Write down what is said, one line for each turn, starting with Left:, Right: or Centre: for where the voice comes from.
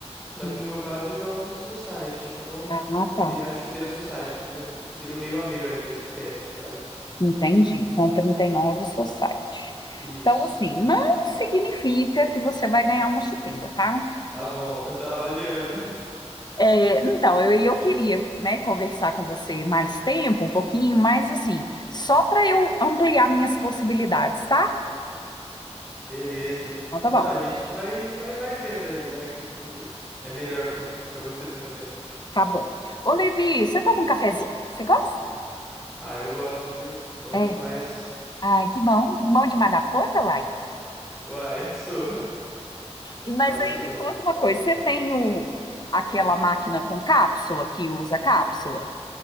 Centre: Só
Left: Hum.
Centre: que no meu caso eu jogo society, então
Left: Ah, tá.
Centre: seria a chuteira society, entendeu? Seria o meio a meio ali, o sintético, sabe?
Left: Entendi. Então, 39 society.
Centre: Isso.
Left: Então, assim, não significa que você vai ganhar uma chuteira, tá?
Centre: Tá bom, tá avaliando.
Left: É, então, eu, eu queria, né, conversar com você mais tempo, um pouquinho, mas assim, só para eu ampliar minhas possibilidades, tá?
Centre: <laughs> Beleza.
Left: Então, tá
Centre: Não,
Left: bom.
Centre: a gente vai, vai, vai vendo aí, né? Que, que é melhor pra, <laughs> pra você também.
Left: Tá bom. Ô, Levi, você toma um cafezinho? Você gosta?
Centre: Ah, eu gosto, viu? Bom
Left: É.
Centre: demais.
Left: Ai, que bom. Que bom demais da conta, Lai.
Centre: Uai, <laughs> sou.
Left: E, mas
Centre: Nossa,
Left: aí
Centre: eu
Left: me
Centre: gosto.
Left: conta uma coisa, você tem o, aquela máquina com cápsula, que usa cápsula?